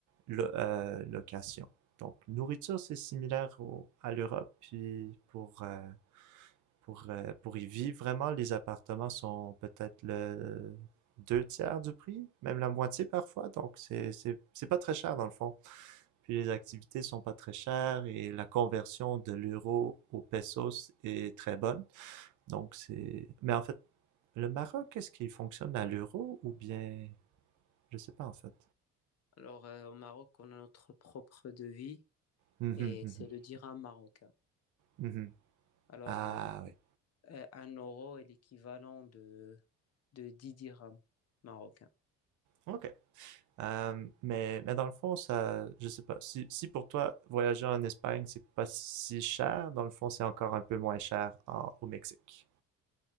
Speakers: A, on the right (about 65°); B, on the left (about 50°).
A: lo- euh, location. Donc, nourriture, c'est similaire au- à l'Europe. Puis pour, euh, pour, euh, pour y vivre vraiment, les appartements sont peut-être le deux tiers du prix, même la moitié parfois. Donc, c'est, c'est, c'est pas très cher dans le fond. Puis les activités sont pas très chères et la conversion de l'euro au pesos est très bonne. Donc c'est... Mais en fait, le Maroc, est-ce qu'il fonctionne à l'euro ou bien... Je sais pas en fait.
B: Alors, euh, au Maroc, on a notre propre devis
A: Mhm,
B: et
A: mhm,
B: c'est le dirham marocain.
A: mhm.
B: Alors,
A: Ah
B: euh,
A: oui.
B: Euh, un euro est l'équivalent de, de 10 dirhams marocains.
A: OK. Euh, mais, mais dans le fond, ça, je sais pas. Si, si pour toi, voyager en Espagne, c'est pas si cher, dans le fond, c'est encore un peu moins cher en- au Mexique.